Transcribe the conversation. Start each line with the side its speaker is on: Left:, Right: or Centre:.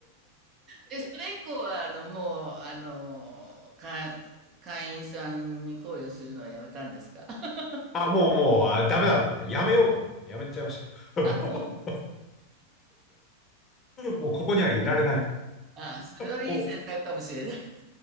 Right: で、それ以降は、あの、もう、あの、会会員さんに行為をするのはやめたんですか <laughs>
Left: あ、もう、もう、あ、ダメだと思って、やめようと思って、やめちゃいました。<laughs>
Right: あ、そう。
Left: もうここにはいられないと
Right: あ、それはいい選択かもしれない。
Left: 思って。